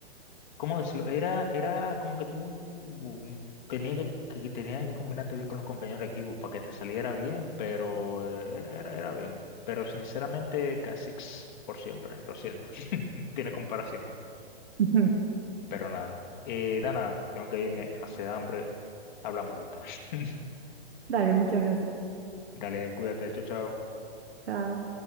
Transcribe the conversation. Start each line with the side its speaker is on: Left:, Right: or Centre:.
Left: ¿cómo decirlo? Era, era como que tú tenías que, que tenías que combinarte bien con los compañeros de equipo para que te saliera bien, pero eh, era, era, era bien, pero sinceramente Kha'Zix por siempre, lo siento, <laughs> tiene comparación.
Right: <laughs>
Left: Pero nada. Eh, Dana, tengo que irme, hace hambre. Hablamos ahorita. <laughs>
Right: Dale, muchas gracias.
Left: Dale, cuídate, chao, chao.
Right: Chao.